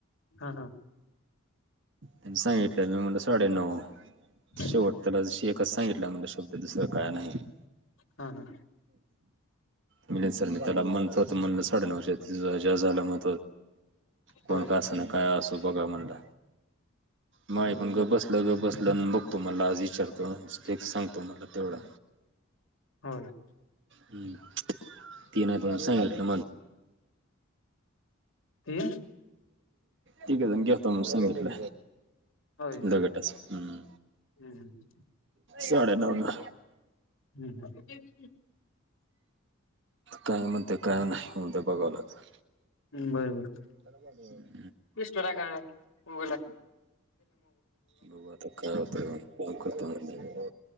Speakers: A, on the left; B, on the right.
A: हा हा
B: त्यां सांगितलेलं मी म्हणलं साडे नऊ शेवट
A: हा
B: त्याला ज एकच सांगितलं म्हणलं शब्द दुसरा काय नाही
A: हा हा
B: मी सर मी त्याला म्हणत होतो म्हणलं साडे नऊशे जास्त झालं कोण
A: होय
B: का असना काय असू बघा म्हणलं मग ऐकून ग बसल ग बसल अन म्हणलं आज विचारतो आणि फिक्स सांगतो म्हणला तेवढा
A: होय
B: हम्म ति नाही तुम्हाला सांगितलं
A: ति
B: ठीक आहे घेतो मग सांगितलं
A: होय
B: दघटाच हम्म
A: हम्म
B: साडे नऊ ना
A: हम्म हम
B: काय म्हणते काय नाही हो ते बघाव आता
A: बरोबर
B: <unintelligible>
A: इस् वरग <unintelligible> होलास
B: बघू आता काय होतं फोन करतो म्हणलं